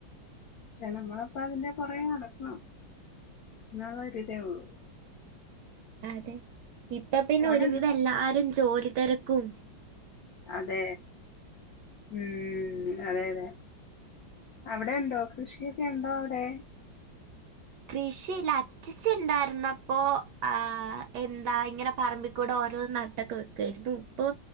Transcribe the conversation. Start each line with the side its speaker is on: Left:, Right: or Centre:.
Left: ക്ഷെ നമ്മളപ്പ അതിന്റെ പൊറകേ നടക്കണം. ന്നാവര്തേ ഒള്ളൂ
Right: അതെ, ഇപ്പൊ പിന്നെ
Left: അവിടെണ്ടോ
Right: ഒരുവിധം എല്ലാരും ജോലി തെരക്കും
Left: അതേ ഉം അതെ അതെ, അവിടെ ഉണ്ടോ കൃഷിയൊക്കെ ഉണ്ടോ അവിടെ? <inaudible>
Right: കൃഷിയില്ല അച്ചച്ചൻ ഇണ്ടായിരുന്നപ്പോ, ആഹ് എന്താ ഇങ്ങനെ പറമ്പിക്കൂടെ ഓരോ ന <unintelligible> വെക്കായിരുന്നു. ഇപ്പോ